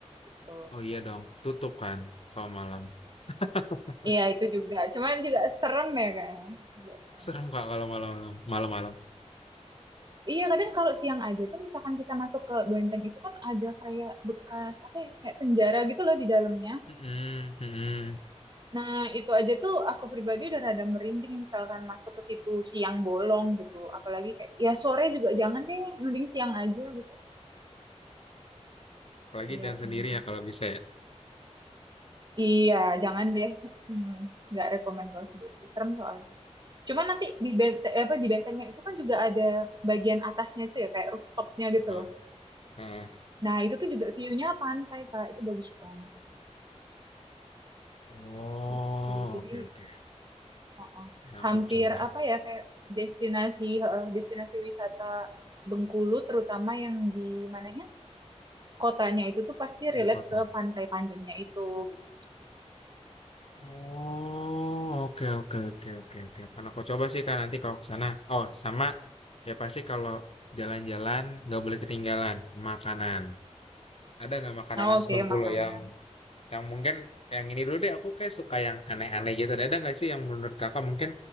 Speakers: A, on the right; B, on the left.
A: gitu.
B: oh iya dong, tutup kan kalau malam. <laughs>
A: Iya itu juga, cuman juga serem ya kayaknya, juga serem.
B: Serem Kak kalau malam-malam, malam-malam.
A: Iya kadang kalau siang aja tuh misalkan kita masuk ke Banten itu kan ada kayak bekas apa ya kayak penjara gitu loh di dalamnya.
B: Mhm, mhm.
A: Nah itu aja tuh aku pribadi udah rada merinding misalkan masuk ke situ siang bolong gitu. Apalagi kayak ya sore juga jangan deh mending siang aja gitu.
B: Apalagi
A: Biar
B: jangan sendiri
A: ini.
B: ya kalau bisa ya.
A: Iya jangan deh. Hmm, nggak rekomend kalau sendiri serem soalnya. Cuma nanti di benteng apa di bentengnya itu kan juga ada bagian atasnya itu ya kayak rooftopnya gitu
B: Heeh,
A: loh.
B: heeh.
A: Nah itu tuh juga view-nya pantai kak itu bagus banget.
B: Oh,
A: gitu. Jadi
B: oke oke.
A: uh-uh.
B: Nah, aku
A: hampir
B: coba
A: apa ya kayak destinasi uh, destinasi wisata Bengkulu terutama yang di mananya kotanya itu tuh pasti
B: di
A: relate
B: kota.
A: ke pantai panjangnya itu gitu.
B: Oh, oke oke oke oke oke. Karena aku coba sih kak nanti kalau ke sana. Oh, sama ya pasti kalau jalan-jalan nggak boleh ketinggalan makanan. Ada nggak makanan
A: Nah,
B: khas
A: oke
B: Bengkulu
A: makanan.
B: yang yang mungkin yang ini dulu deh aku kayak suka yang aneh-aneh gitu. Ada nggak sih yang menurut kakak mungkin